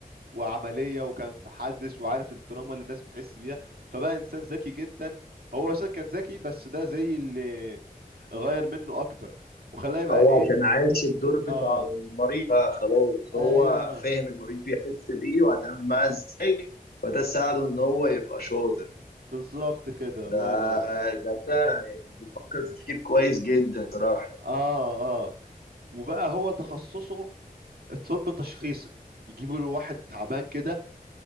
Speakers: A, on the right; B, on the left.
A: وعمليه وكان في حدث وعارف التراما اللي الناس بتحس بيها فبقى انسان ذكي جدا هو اصلا كان ذكي بس ده زي اللي غير منه اكتر وخلاه يبقى
B: هو
A: ايه
B: عشان عايش الدور بتاع
A: اه
B: المريض بقى خلاص
A: ايوه
B: هو فاهم المريض بيحس بايه وهيتعامل معاه ازاي فده ساعده ان هو يبقى شاطر
A: بالظبط كده
B: ده
A: الله ينور
B: ده فكر تفكير كويس جدا صراحه
A: اه اه وبقى هو تخصصه الطب التشخيصي يجيبوا له واحد تعبان كده